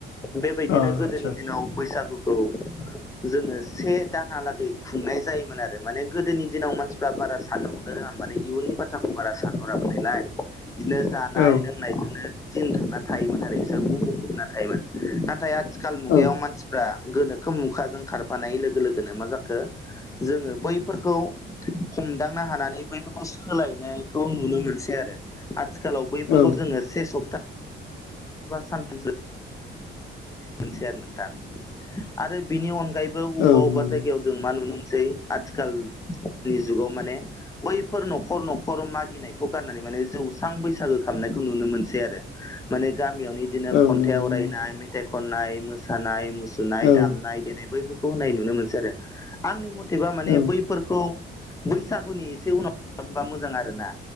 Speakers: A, on the left (about 15°); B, on the left (about 80°).
A: बेबायदिनो
B: आदसा
A: गोदोनि दिनाव बैसागुखौ जोङो से दानालागै खुंनाय जायोमोन आरो माने गोदोनि दिनाव मानसिफ्रा बारा साननो हनो रोङामोन माने इयुननि <unintelligible> बारा सानहरामोन नालाय बिदिनो जानाय
B: औ
A: लोंनायजोंनो दिन थांना थायोमोन आरो बिसोर गब' जोबना थायोमोन। नाथाय आथिखाल मुगायाव
B: औ
A: मानसिफ्रा गोनोखो मुखाजों खारफानाय लोगो लोगोनो मा जाखो जोङो बैफोरखौ हमदांनो हानानै बैफोरखौ सोलायनायखौ नुनो मोनसै आरो। आथिखालाव बैफोरखौ
B: औ
A: जोङो से सप्ता सानथामसो मोनसेै आरो नोंथां आरो बिनि अनगायैबो ब अबेबा
B: औ
A: अबेबा
B: नंगौ
A: जायगायाव जों मा नुनो मोनसै आथिखालनि जुगाव माने बैफोर न'खर न'खर मागिनायखौ गारनानै माने जौस्रां बैसागो खालामनायखौ नुनो मोनसै आरो। माने गामियावनो बिदिनो
B: औ
A: खन्थाइ
B: नंगौ
A: आवरायनाय
B: नंगौ
A: मेथाइ खननाय मोसानाय मु नाय
B: औ
A: दामनाय देनाय बैफोरखौ होननाय नुनो मोनसै आरो आंनि मथेबा माने
B: औ
A: बै फोरखौ बैसागुनि एसे उनाव खालामबा मोजां आरोना